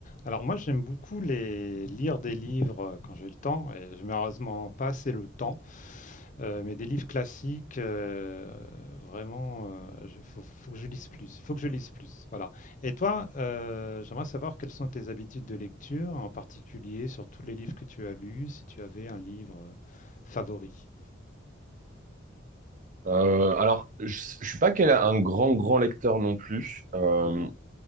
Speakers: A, on the left (about 40°); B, on the right (about 40°).
A: Alors moi j'aime beaucoup les lire des livres euh, quand j'ai le temps et j'ai malheureusement pas assez le temps, euh, mais des livres classiques euh, vraiment il faut, faut que je lise plus, faut que je lise plus, voilà. Et toi, euh, j'aimerais savoir quelles sont tes habitudes de lecture, en particulier sur tous les livres que tu as lus, si tu avais un livre euh, favori.
B: Euh, alors, je, je suis pas quel- un grand, grand lecteur non plus. Euh,
A: Ouais,